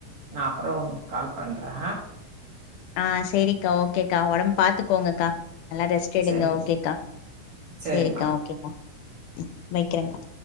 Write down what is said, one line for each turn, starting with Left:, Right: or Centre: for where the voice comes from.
Right: நா அப்றொ கால் பண்றே
Left: ஆஹ் சேரிக்கா ஓகேக்கா ஒடம்ப பாத்துக்கோங்கக்கா நல்லா ரெஸ்ட் எடுங்க
Right: சரிம்மா,
Left: ஓகேக்கா
Right: சரிம்மா.
Left: சேரிக்கா ஓகேக்கா வைக்கிரகா